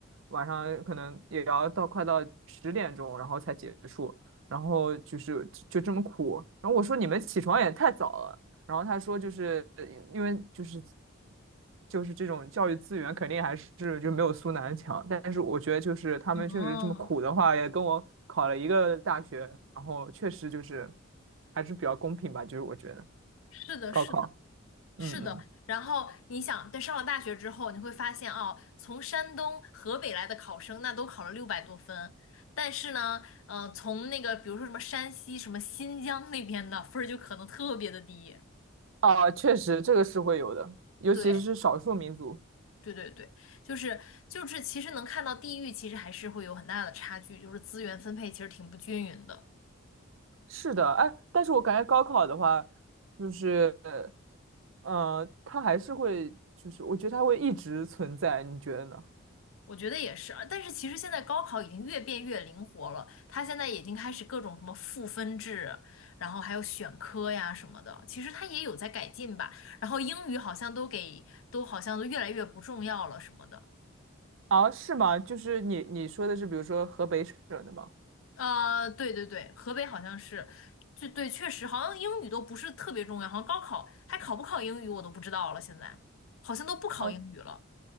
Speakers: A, on the right; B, on the left.
A: 晚上可能也要到快到十点钟，然后才结束，然后就是就这么苦，然后我说你们起床也太早了，然后他说，就是因为就是就是这种教育资源肯定还是就没有苏南强，但是我觉得就是他们确实这么苦的话，
B: 哦，
A: 也跟我考了一个大学，然后确实就是还是比较公平吧，就是我觉得
B: 是的，
A: 高考，
B: 是的，
A: 嗯嗯，
B: 是的。然后你想，在上了大学之后，你会发现哦，从山东、河北来的考生，那都考了六百多分，但是呢，呃，从那个比如说什么山西、什么新疆那边的分儿就可能特别的低。
A: 啊，确实这个是会有的，尤其是少数民族，
B: 对，对对对，就是就是其实能看到地域其实还是会有很大的差距，就是资源分配其实挺不均匀的。
A: 是的，哎，但是我感觉高考的话，就是呃，它还是会就是我觉得它会一直存在，你觉得呢？
B: 我觉得也是，但是其实现在高考已经越变越灵活了，它现在已经开始各种什么赋分制，然后还有选科呀什么的，其实它也有在改进吧。然后英语好像都给都好像都越来越不重要了什么的。
A: 啊，是吗？就是你你说的是，比如说河北省的吗？
B: 呃，对对对，河北好像是，就对，确实好像英语都不是特别重要，好像高考还考不考英语我都不知道了，现在好像都不考英语了，
A: 哦